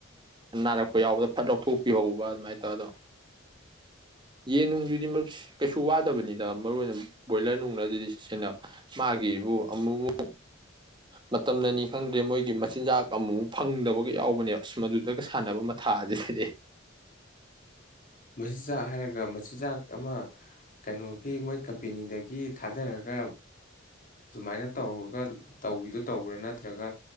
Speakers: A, on the right; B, on the left.
A: ꯅꯥꯔꯛꯄ ꯌꯥꯎꯕꯗ ꯐꯠ ꯂꯧꯊꯣꯛꯄꯤꯍꯧꯕ ꯑꯗꯨꯃꯥꯏꯅ ꯇꯧꯔꯗꯣ ꯌꯦꯟ ꯅꯨꯡꯗꯨꯗꯤ ꯀꯩꯁꯨ ꯋꯥꯗꯕꯅꯤꯗ ꯃꯔꯨ ꯑꯣꯏꯅ ꯕꯣꯏꯂꯔ ꯅꯨꯡꯅꯁꯤꯗꯤ ꯁꯦꯟꯅ ꯃꯥꯒꯤꯕꯨ ꯑꯃꯨꯛꯃꯨꯛ ꯃꯇꯝꯅꯅꯤ ꯈꯪꯗ꯭ꯔꯦ ꯃꯣꯏꯒꯤ ꯃꯆꯤꯟꯖꯥꯛ ꯑꯃꯨꯃꯨꯛ ꯐꯪꯗꯕꯒ ꯌꯥꯎꯕꯅꯦꯕ ꯑꯁ ꯃꯗꯨꯗꯒ ꯁꯥꯟꯅꯕ ꯃꯊꯥ ꯑꯁꯤꯗꯗꯤ
B: ꯃꯖꯥ ꯍꯥꯏꯔꯒ ꯆꯤꯟꯖꯥꯛ ꯑꯃ ꯀꯩꯅꯣꯒꯤ ꯃꯣꯏ ꯀꯝꯄꯦꯅꯤꯗꯒꯤ ꯊꯥꯗꯔꯒ ꯁꯨꯃꯥꯏꯅ ꯇꯧꯔꯒ ꯇꯧꯕꯤꯗꯨꯣ ꯇꯧꯕ꯭ꯔꯥ ꯅꯠꯇ꯭ꯔꯒ